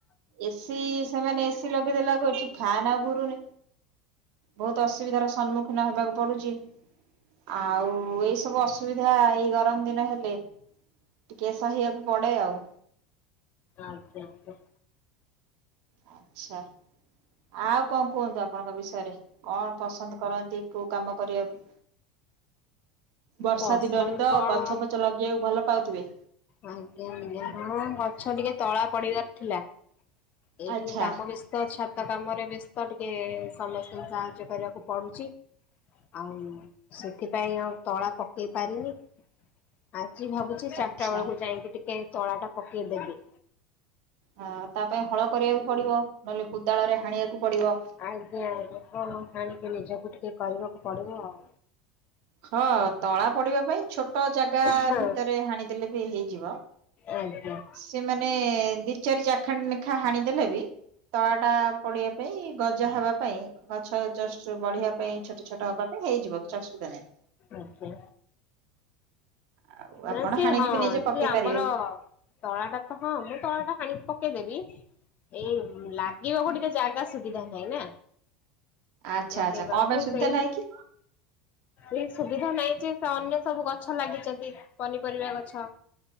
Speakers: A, on the right (about 60°); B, on the left (about 40°).
A: ଏସିି ସେମାନେ ଏସ ଲଗେଇଦେଲା ବେଳକୁ ଏଠି ଫ୍ୟାନ୍ ଆଉ ଘୁରୁନି ବହୁତ ଅସୁବିଧା ର ସମ୍ମୁ ଖିନ ହବାକୁ ପଡୁଛି ଆଉ ଏଇ ସବୁ ଅସୁବିଧା ଏଇ ଗରମ ଦିନ ହେଲେ ଟିକେ ସହିବାକୁ ପଡ଼େ ଆଉ।
B: ଆଜ୍ଞା ଆଜ୍ଞା।
A: ଆଚ୍ଛା। ଆଉ କଣ କୁହନ୍ତୁ ଆପଣଙ୍କ ବିଷୟରେ କଣ ପସନ୍ଦ କରନ୍ତି କୋଉ କାମ କରିବାକୁ? ବର୍ଷା
B: ପସନ୍ଦ
A: ଦିନରେ ତ
B: କଣ
A: ଗଛ ଫଛ ଲଗେଇବାକୁ ଭଲ ପାଉଥିବେ?
B: ଆଜ୍ଞା ଆଜ୍ଞା ହଁ ଗଛ ଟିକେ ତଳା ପଡିବାର ଥିଲା ଏଇ
A: ଆଚ୍ଛା।
B: ଟିକେ କାମ ବେସ ତ ଛାତ କାମରେ ବ୍ୟସ୍ତ ଟିକେ ସମସ୍ତଙ୍କୁ ସାହାଯ୍ୟ କରିବାକୁ ପଡୁଛି। ଆଉ ସେଥିପାଇଁ ଆଉ ତଳା ପକେଇ ପାରିନି ଆଜି ଭାବୁଛି। ଚାରିଟା
A: ଆଚ୍ଛା
B: ବେଳକୁ ଯାଇକି ଟିକେ ତଳା ଟା ପକେଇଦେବି।
A: ହଁ ତା ପାଇଁ ହଳ କରିବାକୁ ପଡିବ ନହେଲେ କୋଦାଳରେ ହାଣିବାକୁ ପଡିବ।
B: ଆଜ୍ଞା କଣ ଆାଣିକି ନିଜକୁ ଟିକେ କରିବାକୁ ପଡିବ ଆଉ।
A: ହଁ ତଳା ପଡିବା ପାଇଁ ଛୋଟ ଜାଗା
B: ହଁ
A: ଭିତରେ ହାଣିଦେଲେ ବି ହେଇଯିବ।
B: ଆଜ୍ଞା।
A: ସେମାନେ ଦି ଚାରି ଚାଖାଣି ଲେଖା ହାଣିଦେଲେ ବି ତଳା ଟା ପଡିବା ପାଇଁ ଗଜା ହବା ପାଇଁ ଗଛ ଜଷ୍ଟ ବଢିବା ପାଇଁ ଛୋଟ ଛୋଟ ହବା ପାଇଁ ହେଇଯିବ କିଛି ଅସୁବିଧା ନାହିଁ
B: ଆଛା।
A: ଆଉ ଆପଣ
B: ନା ସେ
A: ହାଣିକି
B: ହଁ
A: ବି ନିଜେ ପକେଇ
B: ସେ ଆମର
A: ପାରିବେ
B: ତଳା ଟା ତ ହଁ ମୁଁ ତଳା ଟା ହାଣିକି ପକେଇଦେବି ଏଇ ଲାଗିବାକୁ ଟିକେ ଜାଗା ସୁବିଧା ନାହିଁ ନା।
A: ଆଚ୍ଛା
B: ଲଗେଇବାକୁ
A: ଆଚ୍ଛା କଣ ପାଇଁ ସୁବିଧା
B: ସେଇ
A: ନାହିଁ କି
B: ଏ ସୁବିଧା ନାହିଁ ଯେ ସେ ଅନ୍ୟ ସବୁ ଗଛ ଲାଗିଛନ୍ତି ପନିପରିବା ଗଛ।